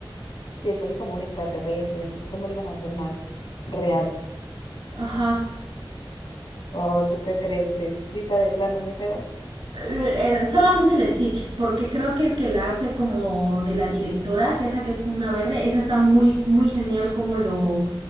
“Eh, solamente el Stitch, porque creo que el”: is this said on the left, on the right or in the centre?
Right